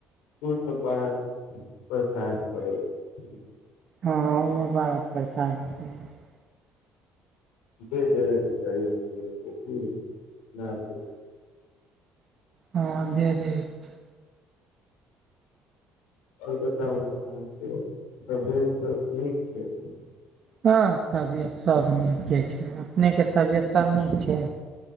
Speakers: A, on the left; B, on the right.
A: सब बड़ा परेशान करै छै
B: हँ ओहो बड़ा परेशान करै छै
A: दे दैबै के चाही <unintelligible> ना दैय
B: हँ दे दैब
A: आओर न अहाँके तबीयत सब नीक छै
B: हँ तबियत सभ नीके छै अपनेके तबियत सभ नीक छै